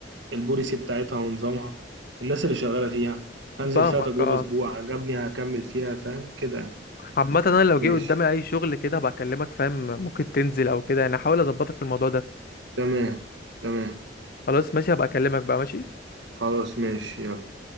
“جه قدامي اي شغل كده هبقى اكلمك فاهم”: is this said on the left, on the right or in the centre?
Left